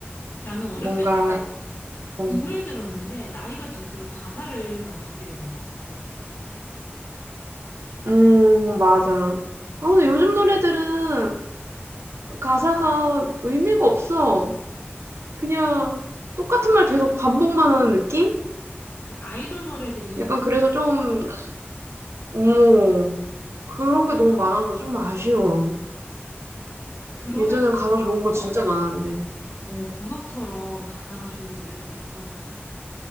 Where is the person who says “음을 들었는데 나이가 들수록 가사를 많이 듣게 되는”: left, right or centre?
Left